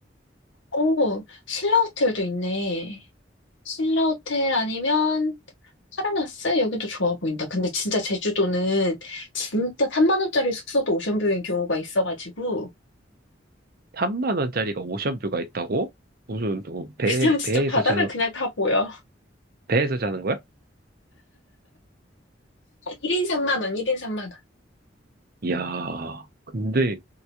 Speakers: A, on the left (about 80°); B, on the right (about 55°).
A: 오, 신라 호텔도 있네. 신라 호텔 아니면 파라나스? 여기도 좋아 보인다. 근데 진짜 제주도는 진짜 3만 원짜리 숙소도 오션뷰인 경우가 있어가지고
B: 3만 원짜리가 오션뷰가 있다고? 무슨 어, 배
A: 그냥 진짜
B: 배에서
A: 바닥을
B: 자
A: 그냥 다 보여.
B: 배에서 자는 거야?
A: 1인 3만 원, 1인 3만 원.
B: 이야. 근데